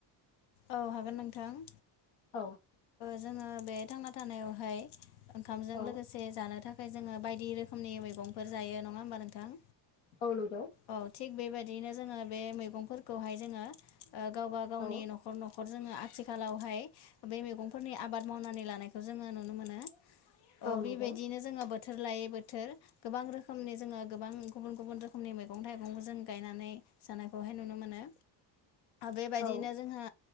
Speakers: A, on the left; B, on the left.
A: औ हागोन नोंथां
B: औ
A: जोङो बे थांना थानायावहाय ओंखामजों
B: औ
A: लोगोसे जानो थाखाय ओमफ्राय जोङो बायदि रोखोमनि मैगंफोर जायो नङा होमबा नोंथां?
B: औ नंगौ
A: औ थिग बेबायदिनो जोङो बे मैगंफोरखौहाय जोङो ओ गावबा गावनि
B: औ
A: न'खर न'खर न'खर जोङो आथिखालावहाय बे मैगंफोरनि आबाद मावनानै लानायखौ जोङो नुनो मोनो अ
B: औ नंगौ
A: बेबायदिनो जोङो बोथोर लायै बोथोर गोबां रोखोमनि जोङो गोबां गुबुन गुबुन रोखोमनि मैगं थाइगंबो जों गायनानै जानायखौहाय नुनो मोनो बेबायदिनो
B: औ
A: जोंहा